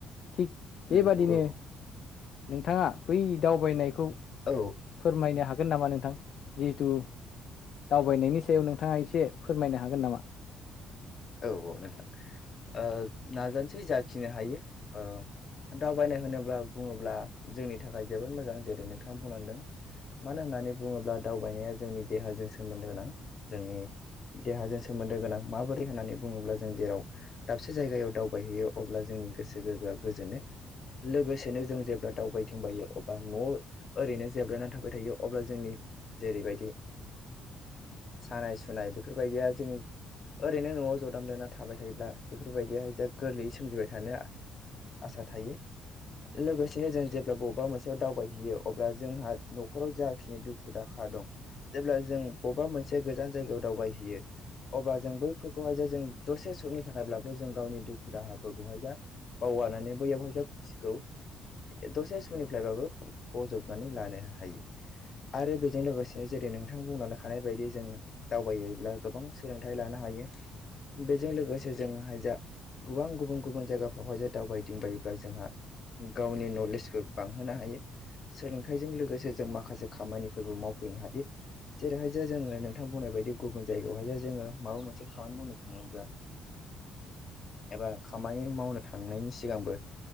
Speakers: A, on the left; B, on the left.
A: थिग
B: नंगौ
A: बेबादिनो
B: औ
A: नोंथाङा बै दावबायनायखौ
B: औ
A: फोरमायनो हागोन नामा नोंथां जिहेथु दावबायनायनि सायाव नोंथाङा एसे फोरमायनो हागोन नामा?
B: औ औ नोंथां ओ नाजानोसै जाखिनो हायो ओ दावबायनाय होनोब्ला बुङोब्ला जोंनि थाखाय जोबोद मोजां जेरै नोंथाङा बुंलांदों मानो होननानै बुङोब्ला दावबायनाया जोंनि देहाजों सोमोन्दो गोनां जोंनि देहाजों सोमोन्दो गोनां माबोरै होननानै बुङोब्ला जों जेराव दाबसे जायगायाव दावबायहैयो अब्ला जोंनि गोसो गोरबोआ गोजोनै लोगोसेनो जों जेब्ला दावबायथिंबायो अब्ला न' ओरैनो जेब्लायनानै थाबाय थायो अब्ला जोंनि जेरैबायदि
A: <inaudible>
B: सानाय सुनाय बेफोरबायदिया जोङो ओरैनो न'आव जदाम ब्लेना थाबाय थायोब्ला बेफोरबायदिहाय जा गोरलैयै सोमजिबाय थानो आसा थायो। लोगोसेनो जों जेब्ला बबेबा मोनसेयाव दावबायहैयो अब्ला जोंहा न'खराव जाखिनि दुखु दाहा दं जेब्ला जों बबेबा मोनसे गोजान जायायाव दावबाय हौयो अब्ला जों बै बेफोरखौहाय ज जों दसे समनि थाखायब्लाबो जों गावनि दुखु दाहाफोरखौहाय ज बावगारनानै बैयावहाय खुसिखौ दसे समनिफ्रायबाबो बजबनानै लानो हायो‌‌। आरो बेजों लोगोसेनो जेरै नोंथां बुंलांखानाय बायदि जों दावबायोब्ला गोबां सोलोंथाइ लानो हायो। बेजों लोगोसे जोंहाय जा गोबां गुबुन गुबुन जायगाफ्रावहाय जों दावबायदिंबायोब्ला जोंहा गावनि नलेजबो बांहोनो हायो। सोलोंथाइजों लोगोसे जों माखासे खामानिफोरबो मावफैनो हायो। जेरैहाय जे जोङो नोंथां बुंनाय बायदि गुबुन जायगायावहाय जोङो माबा मोनसे <inaudible>
A: <inaudible>
B: एबा खामानि मावनो थांनायनि सिगांबो